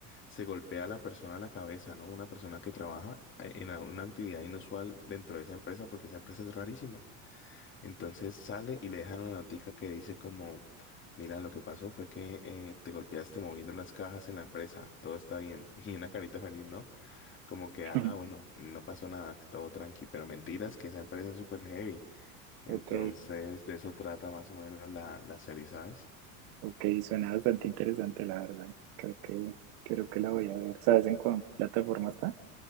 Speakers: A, on the left; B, on the right.
A: se golpea a la persona a la cabeza, ¿no? Una persona que trabaja eh, en una actividad inusual dentro de esa empresa, porque esa empresa es rarísima. Entonces sale y le dejan una notica que dice como, mira, lo que pasó fue que eh, te golpeaste moviendo las cajas en la empresa, todo está bien. <laughs> Y una carita feliz, ¿no? Como que, ah,
B: <laughs>
A: bueno, no pasó nada, todo tranqui, pero mentiras que esa empresa es súper heavy. Entonces,
B: ok,
A: de eso trata más o menos la, la serie, ¿sabes?
B: ok, suena bastante interesante, la verdad. Creo que, creo que la voy a ver. ¿Sabes en cuál plataforma está?